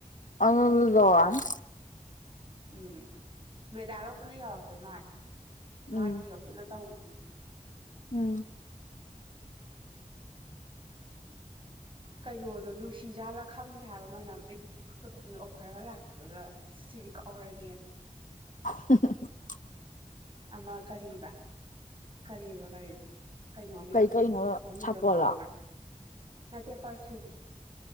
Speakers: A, on the left (about 70°); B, on the right (about 40°).
A: ꯑꯗꯨꯗꯤ ꯌꯧꯔꯛꯂꯅꯤ
B: ꯎꯝ ꯃꯦꯗꯥꯔꯣ ꯄꯨꯅ ꯌꯥꯎꯔꯛꯇꯧ ꯃꯜꯂꯤ
A: ꯎꯝ
B: ꯃꯥꯒꯤꯒ ꯄꯨꯅ ꯇꯧ <unintelligible>
A: ꯎꯝ
B: ꯀꯩꯅꯣꯗꯣ ꯅꯨꯡꯁꯤꯖꯥꯜꯂ ꯈꯪꯗꯦ ꯍꯥꯏꯕ ꯃꯅꯝ ꯑꯩꯗꯤ ꯄꯪꯀꯛꯇ ꯀꯛꯅꯤꯡꯉꯤ ꯑꯣꯐꯔꯒ ꯂꯥꯛꯄꯒ ꯁꯤꯗꯤ ꯀꯛꯍꯧꯔꯒꯦꯅ
A: <unintelligible>
B: ꯑꯃ ꯀꯔꯤꯕ ꯀꯔꯤꯕ ꯀꯔꯤꯕ ꯀꯩꯅꯣꯒꯤꯗꯣ
A: ꯀꯩ ꯀꯩꯅꯣ
B: ꯃꯃꯤꯡꯗꯣ
A: ꯁꯥꯄꯣꯜꯂꯣ
B: ꯀꯥꯎꯈ꯭ꯔꯦ ꯅꯠꯇꯦ ꯄꯔꯐ꯭ꯌꯨꯝ